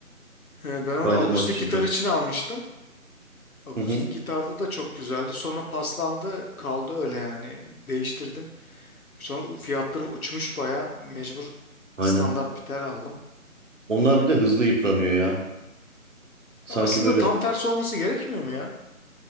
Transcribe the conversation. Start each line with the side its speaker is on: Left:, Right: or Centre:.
Left: Ee, Ben onu
Right: Kaydırmak
Left: akustik
Right: için
Left: gitar
Right: tam.
Left: için almıştım. Akustik
Right: Hı hı.
Left: gitarda da çok güzeldi. Sonra paslandı, kaldı öyle yani. Değiştirdim. Sonra u- fiyatları uçmuş baya. Mecbur
Right: Aynen.
Left: standart bir tel aldım.
Right: Onlar bir de hızlı yıpranıyor ya. Sanki
Left: Aslında
Right: böyle
Left: tam tersi olması gerekmiyor mu ya?